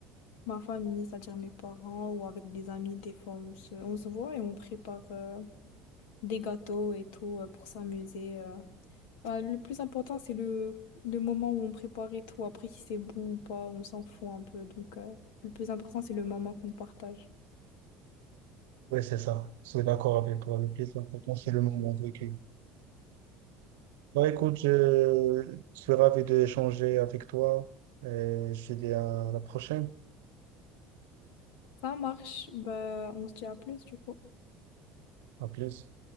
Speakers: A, on the left; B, on the right.
A: ma famille, c'est-à-dire mes parents, ou avec des amis. Des fois, on se, on se voit et on prépare euh, des gâteaux et tout euh, pour s'amuser. euh. Bah, le plus important, c'est le, le moment où on prépare et tout. Après, si c'est bon ou pas, on s'en fout un peu. Donc, euh, le plus important, c'est le moment qu'on partage.
B: Oui, c'est ça. Je suis d'accord avec toi. Le plus important, c'est le moment vécu. Bah, écoute, je, je suis ravi d'échanger avec toi. Et je te dis à la prochaine.
A: Ça marche. Bah, on se dit à plus, du coup.
B: À plus.